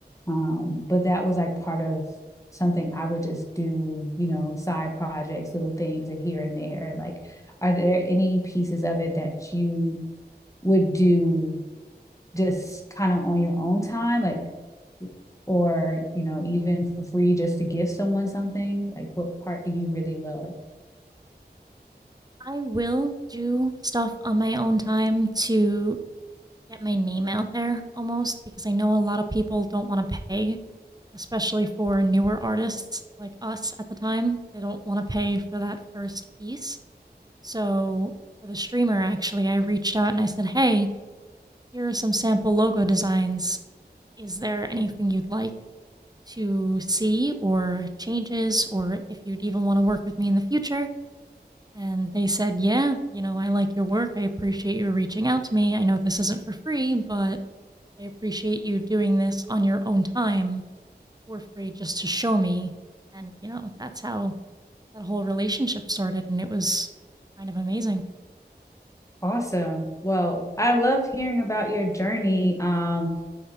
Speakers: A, on the left; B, on the right.
A: Um, but that was like part of something I would just do, you know, side projects, little things here and there. Like, are there any pieces of it that you would do just kind of on your own time, like, or you know, even for free, just to give someone something? Like, what part do you really love?
B: I will do stuff on my own time to get my name out there almost because I know a lot of people don't want to pay especially for newer artists like us at the time. They don't want to pay for that first piece. So, for the streamer, actually, I reached out and I said, Hey, here are some sample logo designs. Is there anything you'd like to see or changes, or if you'd even want to work with me in the future? And they said, Yeah, you know, I like your work. I appreciate you reaching out to me. I know this isn't for free, but I appreciate you doing this on your own time for free just to show me. And, you know, that's how that whole relationship started. And it was kind of amazing.
A: Awesome. Well, I love hearing about your journey. Um,